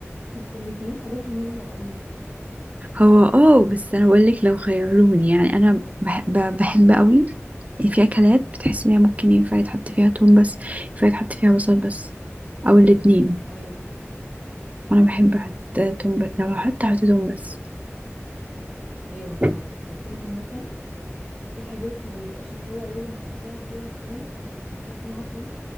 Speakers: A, in the centre; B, on the right.
A: الاتنين حاجات مهمه قوي
B: هو اه بس انا بقول لك لو خيروني يعني انا بح- ب- بحب قوي في اكلات بتحس ان هي ممكن ينفع يتحط فيها توم بس ينفع يتحط فيها بصل بس او الاتنين
A: ايوه صح
B: انا بحب احط توم بس لو هحط هحط توم بس
A: ايوه فعلا
B: <clears throat>
A: التوم عامه في حاجات ما بيبقاش اللي هو لازم تحطيها فيها التوم بس لما تحطي معاه توم